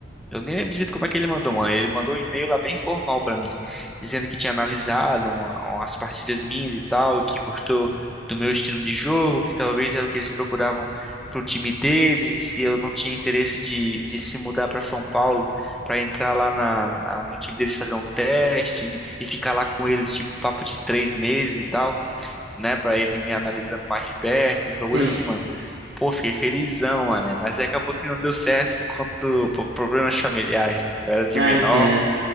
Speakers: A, in the centre; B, on the right.
A: Eu nem lembro direito como é que ele mandou, mano. Ele mandou um e-mail lá bem formal pra mim, dizendo que tinha analisado uma- umas partidas minhas e tal, que gostou do meu estilo de jogo, que talvez era o que eles procuravam pro time deles, e se eu não tinha interesse de, de se mudar pra São Paulo pra entrar lá na, na- no time deles fazer um teste e ficar lá com eles, tipo, papo de três meses e tal, né, Pra eles me analisando mais de perto, os bagulhos
B: Sim,
A: assim, mano. Pô, fiquei felizão, mano. né? Mas aí acabou que não deu certo por conta do por problemas familiares, né? Eu era de
B: ah,
A: menor,
B: entendo.